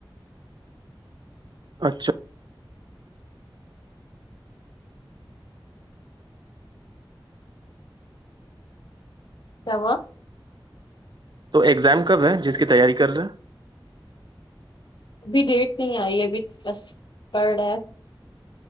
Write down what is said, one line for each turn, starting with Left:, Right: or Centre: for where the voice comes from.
Right: اچھا
Left: کیا ہوا
Right: تو ایگزام کب ہے جس کی تیاری کر رہے ہیں
Left: ابھی ڈیٹ نہیں آئی ابھی بس پڑ رہا ہے